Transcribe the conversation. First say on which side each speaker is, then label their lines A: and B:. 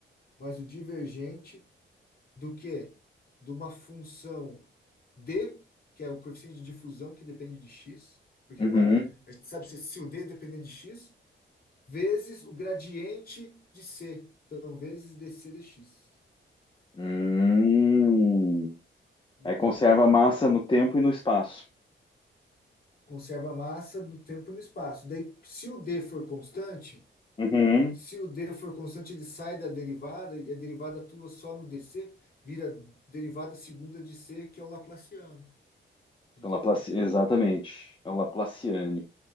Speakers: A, on the left; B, on the left.
A: mais o divergente do que? De uma função D, que é o coeficiente de difusão que depende de X, porque
B: Uhum.
A: agora a gente sabe se, se o D depender de X, vezes o gradiente de C, então vezes DC dx,
B: Hum.
A: entendeu?
B: Aí conserva a massa no tempo e no espaço.
A: Conserva a massa no tempo e no espaço. Daí, se o D for constante,
B: Uhum.
A: se o D for constante, ele sai da derivada e a derivada atua só no DC, vira derivada segunda de C, que é o Laplaciano. Entendeu?
B: É O Laplaci- Exatamente. É o Laplaciane.